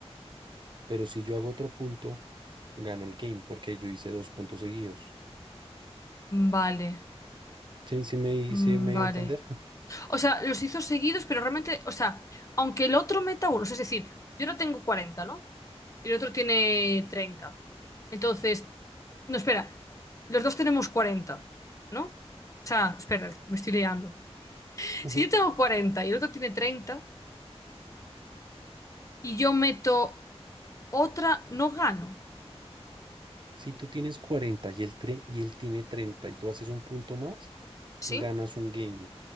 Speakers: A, on the right; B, on the left.
A: Pero si yo hago otro punto, gano el game porque yo hice dos puntos seguidos.
B: vale,
A: ¿Sí, sí me,
B: mm,
A: sí me
B: vale.
A: dio a entender?
B: O sea, los hizo seguidos, pero realmente, o sea, aunque el otro meta unos, es decir, yo no tengo 40, ¿no? Y el otro tiene 30. Entonces, no, espera, los dos tenemos 40, ¿no? O sea, espera, me estoy liando.
A: <laughs>
B: Si yo tengo 40 y el otro tiene 30 y yo meto otra, no gano,
A: Si tú tienes 40 y él, tre- y él tiene 30 y tú haces un punto más,
B: ¿sí?
A: ganas un game.